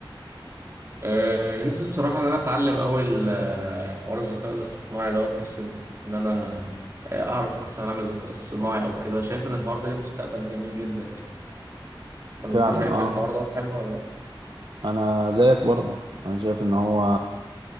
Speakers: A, on the right (about 30°); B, on the right (about 60°).
A: أه نفسي بصراحه ان انا اتعلم اول آه، حوار الذكاء الاصطناعي دوت نفسي ان انا آه، اعرف مثلا اعمل ذكاء اصطناعي او كده شايف ان الحوار ده ليه مستقبل جميل جدا يعني طب انت
B: فعلا
A: شايف
B: اه
A: الحوار ده حلو ولا لا
B: انا زيك برضو انا شايف ان هو